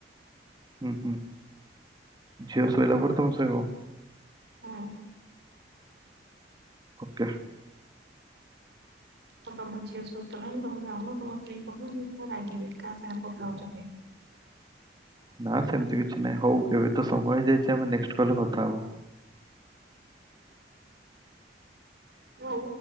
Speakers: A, on the right; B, on the right.
A: ଉଁ ହୁଁ ଝିଅ ଶୋଇଲା ପରେ ତମେ ଶୋଇବ?
B: ହୁଁ।
A: ଓକେ।
B: ତ ତମ ଝିଅ ଶୋଇପଇଲାଣି ତମେ ଯାଉନ ତମ ସ୍ତ୍ରୀ କହିବେ <unintelligible> ରାଗିବେ କାହା ସାଙ୍ଗ କଥା ହଉଛ କହିକି।
A: ନା ସେମିତି କିଛି ନାହିଁ ହଉ ଏବେ ତ ସମୟ ହେଇଯାଇଛି ଆମେ ନେକ୍ସଟ୍ କଲ୍ ରେ କଥା ହବା।
B: ହଉ।